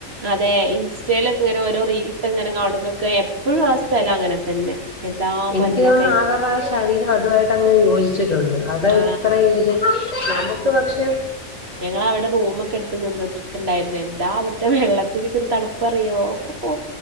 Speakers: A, on the right (about 45°); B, on the left (about 40°).
A: അതെ ഇൻസ്റ്റയിലൊക്കെ ഇങ്ങനെ ഓരോ റീൽസ് ഇങ്ങനെ കാണുമ്പക്കെ എപ്പഴും ആഹ് സ്ഥലം അങ്ങനെ തന്നെ. എന്താ
B: എനിക്ക്
A: മഞ്ഞൊക്കെ
B: തോന്നുന്നു
A: ആയി
B: ആവറാ ശരീരം അതുമായിട്ട് അങ്ങനെ യോജിച്ചിട്ടുണ്ട് അതാ
A: ആ
B: ഇത്രയും ഇത് നമുക്ക് പക്ഷേ
A: ഞങ്ങളവടെ റൂമൊക്കെ എടുത്ത് നിന്ന് ട്ടുണ്ടായിരുന്നേ എന്താ അവിടുത്തെ വെള്ളത്തിനൊക്കൊ ഒരു തണുപ്പറിയോ ഓഹ്